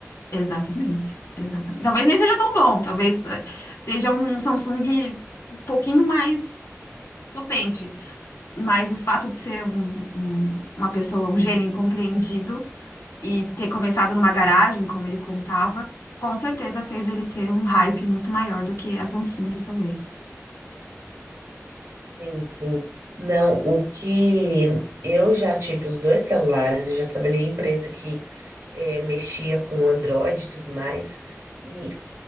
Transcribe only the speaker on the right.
Sim, sim. Não, o que eu já tive os dois celulares, eu já trabalhei em empresa que eh, mexia com Android e tudo mais. E